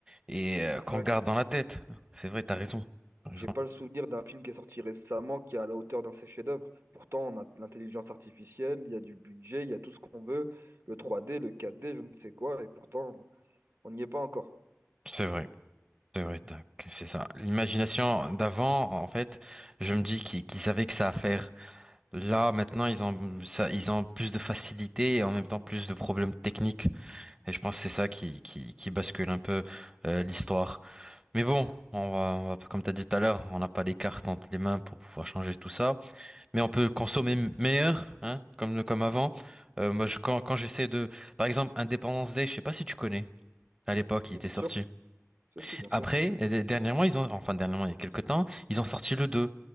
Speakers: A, on the right; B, on the right.
A: et euh,
B: exact.
A: qu'on garde dans la tête. C'est vrai, t'as raison. T'as
B: J'ai
A: raison.
B: pas le souvenir d'un film qui est sorti récemment qui est à la hauteur d'un de ses chefs-d'œuvre. Pourtant, on a de l'intelligence artificielle, il y a du budget, il y a tout ce qu'on veut, le 3D, le 4D, je ne sais quoi, et pourtant, on n'y est pas encore.
A: C'est vrai, c'est vrai, tac, c'est ça. L'imagination d'avant, en fait, je me dis qu'ils qu'ils savaient que ça à faire. Là, maintenant, ils ont ça, ils ont plus de facilité et en même temps plus de problèmes techniques Et je pense que c'est ça qui, qui, qui bascule un peu euh, l'histoire. Mais bon, on va, on va- comme tu as dit tout à l'heure, on n'a pas les cartes entre les mains pour pouvoir changer tout ça. Mais on peut consommer meilleur, hein, comme, comme avant. Euh, moi, je, quand, quand j'essaie de... Par exemple, Independence Day, je sais pas si tu connais. À l'époque, il était
B: Si, bien
A: sorti.
B: sûr. Si, si, bien sûr.
A: Après, et- dernièrement, ils ont... Enfin, dernièrement, il y a quelques temps, ils ont sorti le 2.